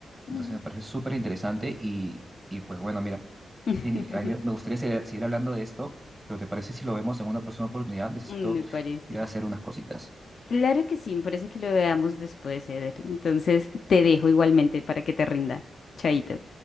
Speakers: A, on the left; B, on the right.
A: ujú.
B: Entonces me parece súper interesante y, y pues bueno, mira,
A: <laughs>
B: Jenny, a mí me me gustaría seguir, seguir hablando de esto, pero ¿te parece si lo vemos en una próxima oportunidad? Necesito
A: Me parece.
B: ir a hacer unas cositas.
A: Claro que sí, me parece que lo veamos después, Eder. Entonces te dejo igualmente para que te rinda. Chaito.